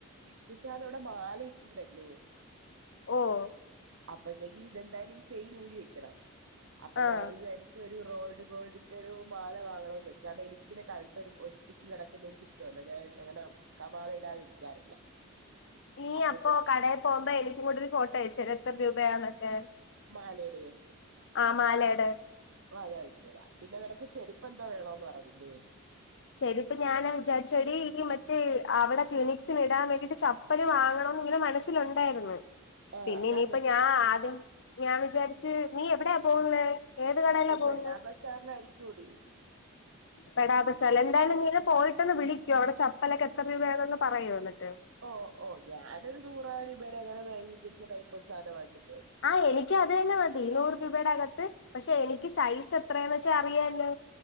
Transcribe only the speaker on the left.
ഓഹ്
ആഹ്
നീ
അപ്പൊ കടയിൽ പോകുമ്പോ എനിക്ക കൂടെ ഒരു ഫോട്ടോ അയച്ചേരോ എത്ര രൂപയാന്നൊക്കെ
ആ മാലയുടെ
ചെരുപ്പ് ഞാൻ വിചാരിച്ചത് ഈ മറ്റേ അവിടെ ക്ലിനിക്ക്സിന് ഇടാൻ വേണ്ടിട്ട് ച അപ്പല് വാങ്ങണന്ന് ഇങ്ങനെ മനസ്സിലുണ്ടായിരുന്നു
പിന്നെ
ഇനിയിപ്പ ഞാൻ ആദ്യം ഞാൻ വിചാരിച്ച് നീ എവിടെയാ പോവുന്നത് ഏത് കടയില പോവുന്നത്
പടാപസാല എന്തായാലും ഇീന പോയിട്ടൊന്ന് വിളിക്കോ അവിടെ ചപ്പലൊക്കെ എത്ര രൂപ വേണന്ന് പറയോ എന്നിട്ട്
ആഹ് എനിക്ക് അത് തന്നെ മതി നൂറ് രൂപയുടെ അകത്ത് പക്ഷെ എനിക്ക് സൈസ് എത്രയാന്ന് വെച്ചാ അറിയല്ലോ